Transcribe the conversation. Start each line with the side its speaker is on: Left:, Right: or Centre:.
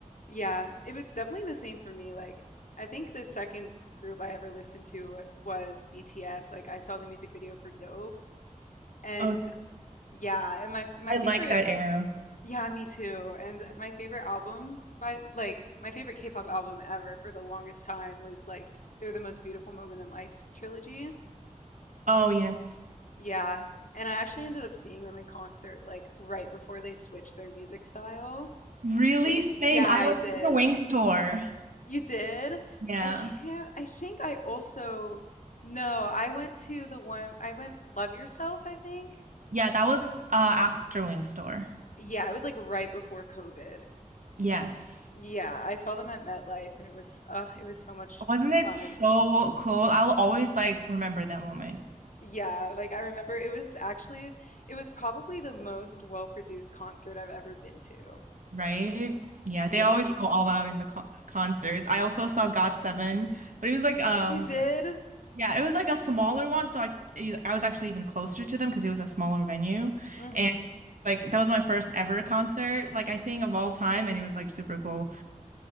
Left: Yeah, it was definitely the same for me. Like, I think the second group I ever listened to was BTS. Like, I saw the music video for Dope, and
Right: Oh,
Left: yeah, and my my
Right: I
Left: favorite,
Right: like that era.
Left: yeah, me too. And my favorite album by like my favorite K-pop album ever for the longest time was like They're the Most Beautiful Moment in Life trilogy.
Right: Oh, yes.
Left: Yeah, and I actually ended up seeing them in concert like right before they switched their music style.
Right: Really?
Left: Wh-
Right: Same.
Left: Yeah,
Right: I
Left: I
Right: went
Left: did.
Right: to the Wings tour.
Left: You did?
Right: Yeah.
Left: I can't I think I also No, I went to the one I went Love Yourself, I think?
Right: Yeah, that was uh after Wings tour.
Left: Yeah, it was, like, right before COVID.
Right: Yes.
Left: Yeah, I saw them at MetLife, and it was ugh, it was so much
Right: Wasn't it
Left: fun.
Right: so cool? I'll always like remember that moment,
Left: Yeah, like, I remember it was actually it was probably the most well-produced concert I've ever been to.
Right: right? Yeah,
Left: Yeah.
Right: they always go all out in the co concerts. I also saw GOT7, but it was like um
Left: You did?
Right: like- yeah, it was like a smaller one, so I I was actually even closer to them because it was a smaller venue.
Left: Mhm.
Right: And like that was my first ever concert, like I think of all time, and it was like super cool.